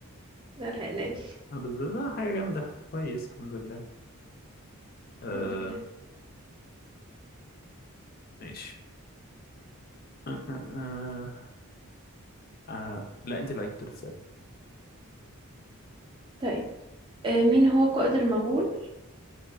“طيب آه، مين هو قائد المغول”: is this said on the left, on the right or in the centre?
Right